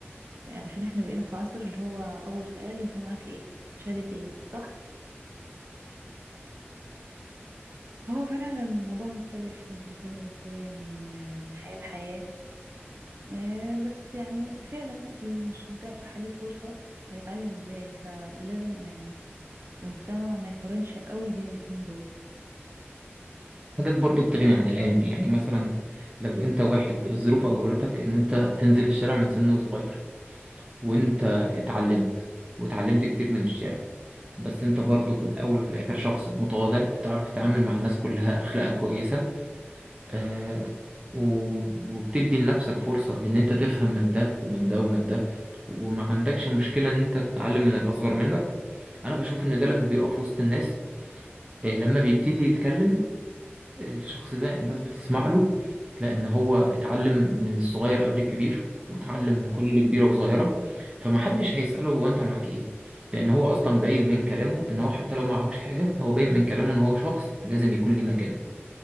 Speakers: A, on the right; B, on the right.
A: آه، عشان احنا بقينا في عصر اللي هو اول سؤال انت معاك ايه شهادة ايه صح هو فعلا الموضوع مختلف من انسان لانسان ومن آه، من حياة لحياة آه، بس يعني فعلا اللي مش متاحة ليه فرصة هيتعلم ازاي فلازم يعني المجتمع ما يقارنش قوي بين الاتنين دول
B: حاجات برضو بتغني عن العلم يعني مثلا لو أنت واحد الظروف أجبرتك إن أنت تنزل الشارع من سن صغير وأنت اتعلمت واتعلمت كتير من الشارع بس أنت برضو في الأول وفي الآخر شخص متواضع بتعرف تتعامل مع الناس كلها أخلاقك كويسة آه، و- وبتدي لنفسك فرصة إن أنت تفهم من ده ومن ده ومن ده وما عندكش مشكلة إن أنت تتعلم من الأصغر منك أنا بشوف إن ده لما بيقف وسط الناس آه، لما بيبتدي يتكلم الشخص ده الناس بتسمع له تلاقي إن هو اتعلم من الصغير قبل الكبير واتعلم
A: صح
B: كل كبيرة وصغيرة فمحدش هيسأله هو أنت معاك إيه لأن هو أصلا باين من كلامه إن هو حتى لو معهوش حاجة هو باين من كلامه إن هو شخص لازم يكون ليه مكانة